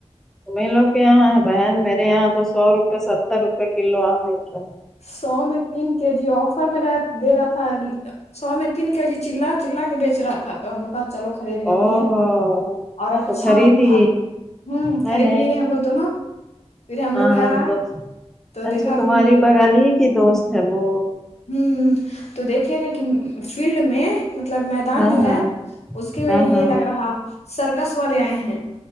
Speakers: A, in the centre; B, on the left.
A: تم ہی لوگ کے یہاں ہے بہن میرے یہاں تو سو روپے ستر روپئے کلو آم مل رہا ہے
B: سو میں تین کے جی آفر میں لاے دے رہا تھا سو میں تین کے جی چلا چلا کے بیچ رہا تھا تو ہم نے کہاچلو خرید لیتے
A: او
B: ہیں اور اچھا
A: تو خریدی
B: آم تھا ہوں
A: ہے
B: خرید
A: ن
B: لیے ہم لوگ دونوں پھر ہم
A: ہاں
B: لوگ گھر آئے
A: تو
B: تو
A: اچھا
B: دیکھا
A: تمہاری
B: کہ
A: بغل ہی کی دوست ہے وہ
B: ہوں ہوں تو دیکھے نا کہ فیلڈ میں مطلب میدان
A: ہاں
B: جو ہے
A: ہاں
B: اس کے میں
A: ہاں
B: یہ
A: ہاں
B: لگ رہا سرکس والے آئے ہیں